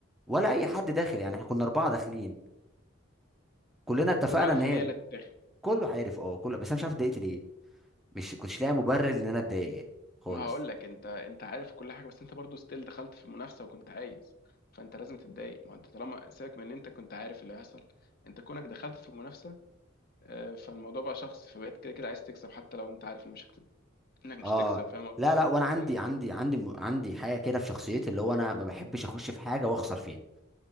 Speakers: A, in the centre; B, on the left.
A: ولا اي حد داخل يعني احنا كنا اربعه داخلين كلنا اتفقنا
B: كله عارف
A: ان هي
B: ان هي اللي هتتاخد
A: كله عارف اه كله بس انا مش عارف اتضايقت ليه مش كنتش لاقي مبرر ان انا اتضايق يعني خالص
B: ما هقول لك انت انت عارف كل حاجه بس انت برضو ستيل دخلت في المنافسه وكنت عايز فانت لازم تتضايق ما انت طالما سيبك من ان انت كنت عارف اللي هيحصل انت كونك دخلت في المنافسه آه، فالموضوع بقى شخصي فبقيت كده كده عايز تكسب حتى لو انت عارف ان مش هت- انك مش
A: اه
B: هتكسب فاهم قصدي
A: لا لا وانا عندي
B: ممكن
A: عندي عندي م- عندي حاجه كده في شخصيتي اللي هو انا ما بحبش اخش في حاجه واخسر فيها